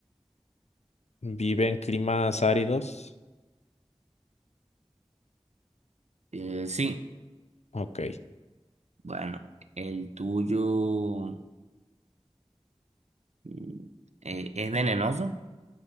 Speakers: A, on the left; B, on the right.
A: vive en climas áridos?
B: Eh, sí.
A: Ok.
B: Bueno, el tuyo mm, eh, ¿es venenoso?